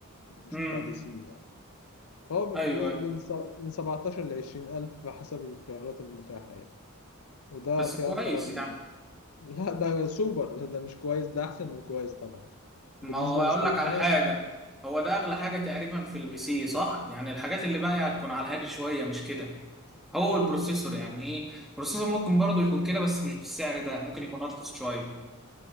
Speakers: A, on the left; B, in the centre.
A: مش
B: امم
A: بتاع بي سي يعني فهو
B: ايوه
A: م- من سب- من 17 ل 20 الف حسب الخيارات المتاحة يعني وده
B: بس
A: خيار
B: كويس
A: طبعا
B: يعني
A: لا ده سوبر ده مش كويس ده احسن من كويس طبعا
B: ما
A: بالنسبة
B: هو اقول
A: لاستخدامك
B: لك على حاجه هو ده اغلى حاجه تقريبا في البي سي صح يعني الحاجات اللي باقيه هتكون على الهادي شويه مش كده هو البروسيسور يعني ايه البروسيسور ممكن برضو يكون كده بس مش بالسعر ده ممكن يكون ارخص شويه